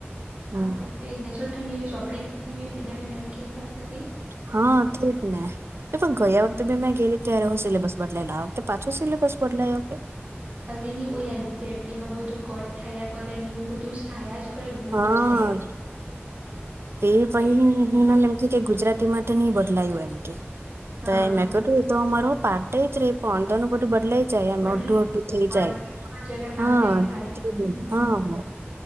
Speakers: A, on the right; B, on the right.
A: હમ
B: આ પો તે જ ને છઠ્ઠની ચોપડી ની આયવી એમ તેદાળે મેમ કેતા હતા તે
A: હા તેજ ને એ પણ ગયા
B: હમ,
A: વખતે બી મેં ગેલી ત્યારે હું સિલેબસ બદલાય આ વખતે પાછો સિલેબસ બદલાય કે?
B: અરે એનસીઆરટીમાં બધું કોટ થયા કરે ને એવું બધું જ થયા કરે દર
A: હા
B: વર્ષે
A: તે પહિ
B: એટલે
A: હીનલ એમ કે કે ગુજરાતી માટે ની બદલાયું એમ કે
B: હા
A: તે મેં કરુ તો મારો પાટૅ એજ પણ અંદરનું બઘું બદલાઈ જાય એમ
B: બદલાય
A: અડધું અડધું થઈ જાય
B: જરા
A: હા
B: આમ તેમ થાય હમ
A: હા હ